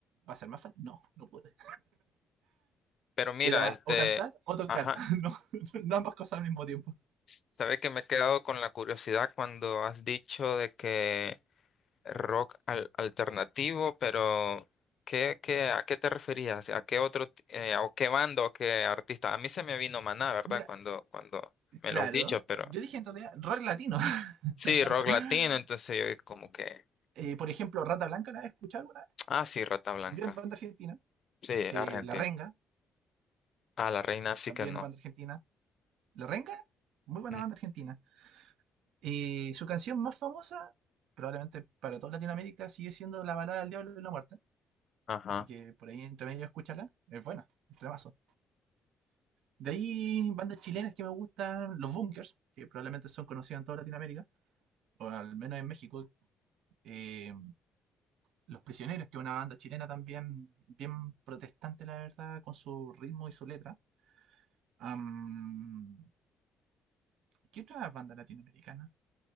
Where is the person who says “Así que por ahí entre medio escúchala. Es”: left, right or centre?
Right